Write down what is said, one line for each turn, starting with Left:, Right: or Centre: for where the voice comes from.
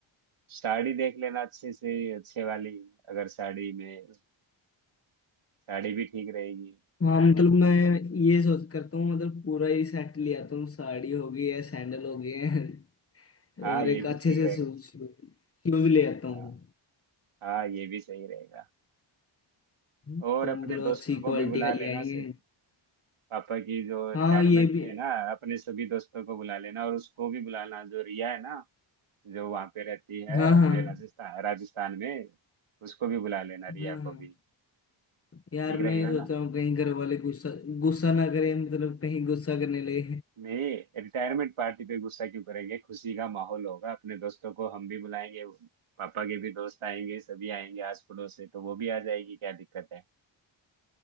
Right: साड़ी देख लेना अच्छे से अच्छे वाली अगर साड़ी में साड़ी भी ठीक रहेगी
Left: हाँ मतलब मैं ये सोच करता हूँ मतलब पूरा ही सेट ले आता हूँ साड़ी हो गई है सैंडल हो गए हैं
Right: हाँ
Left: और
Right: ये
Left: एक
Right: भी
Left: अच्छे
Right: ठीक
Left: से
Right: रहेगा
Left: शूज शूज ले आता
Right: हाँ
Left: हूँ
Right: हाँ ये भी सही रहेगा
Left: तो
Right: और अपने
Left: मतलब
Right: दोस्तों
Left: अच्छी
Right: को
Left: क्वालिटी
Right: भी बुला
Left: का
Right: लेना
Left: ले आएंगे
Right: स- पापा की जो
Left: हाँ
Right: रिटायरमेंट
Left: ये भी
Right: पे है ना अपने सभी दोस्तों को बुला लेना और उसको भी बुलाना जो रिया है ना जो वहाँ पे रहती है
Left: हाँ
Right: अपने
Left: हाँ
Right: राजस्थान राजस्थान में उसको भी बुला लेना रिया
Left: हाँ
Right: को
Left: हाँ
Right: भी
Left: यार
Right: ठीक
Left: मैं
Right: रहेगा
Left: ये सोच
Right: ना
Left: रहा हूँ कहीं घर वाले गुस्सा गुस्सा ना करें मतलब कहीं गुस्सा करने लगे
Right: मेरे रिटायरमेंट पार्टी पे गुस्सा क्यों करेंगे खुशी का माहौल होगा अपने दोस्तों को हम भी बुलाएंगे पापा के भी दोस्त आएंगे सभी आएंगे आस पड़ोस से तो वो भी आ जाएगी क्या दिक्कत है